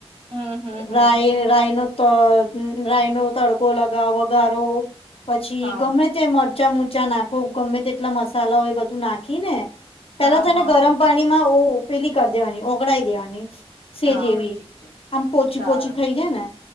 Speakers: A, on the right; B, on the left.
A: હમ હમ હમ
B: રાય રાયનો તો અ ઉમ રાઇનો તડકો લગાવ ગારો. પછી
A: હા
B: ગમે તેમ મડ ચા મુચા નાખો ગમે તેટલા મસાલાઓ એ બધું નાખી ને પેલા
A: હા
B: તો એને
A: હા
B: ગરમ
A: હા
B: પાણીમાં ઓ ઓ પેલી કર દેવાની ઓગળાઈ દેવાની છેજ
A: હા
B: એવી
A: ઠીક છે
B: આમ પોચી
A: સારું
B: પોચી થઈ જાય ને,